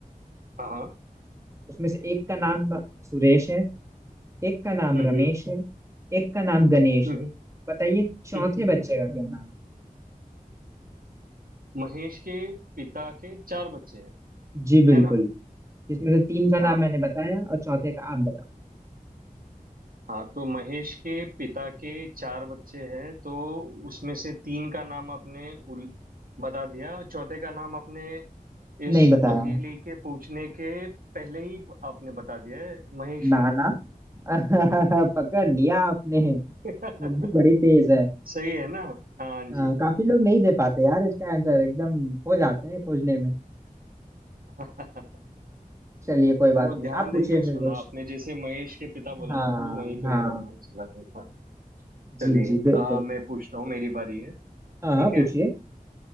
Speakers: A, on the right; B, on the right.
A: हाँ हाँ
B: उसमें से एक का नाम सुरेश है एक का नाम
A: हम्म
B: रमेश है एक का नाम गणेश
A: हम्म
B: है बताइए चौथे
A: हम्म।
B: बच्चे का क्या नाम है
A: महेश के पिता के चार बच्चे हैं
B: जी बिल्कुल
A: है ना
B: जिसमें से तीन का
A: हाँ
B: नाम मैंने बताया और चौथे का आप बताओ
A: हाँ तो महेश के पिता के चार बच्चे हैं तो उसमें से तीन का नाम आपने उल... बता दिया चौथे का नाम आपने
B: नहीं
A: इस
B: बताया
A: पहेली के पूछने के पहले ही आपने बता दिया है महेश
B: ना
A: ही
B: ना <laughs> पकड़ लिया आपने
A: है। <laughs>
B: बुद्धि बड़ी तेज है
A: सही है ना हाँ जी
B: हाँ, काफी लोग नहीं दे पाते यार इसका आंसर एकदम खो जाते हैं खोजने में
A: <laughs>
B: चलिए कोई बात
A: वो
B: नहीं
A: ध्यान
B: आप पूछिए
A: देके
B: फिर
A: सुना
B: कुछ
A: आपने जैसे महेश के पिता बोला
B: हाँ
A: ना तो वहीं पे
B: हाँ
A: मेरा ध्यान चला गया था
B: जी
A: चलिए
B: जी बिल्कुल
A: आ, मैं पूछता हूँ मेरी बारी है ठीक
B: हाँ हाँ, पूछिए
A: है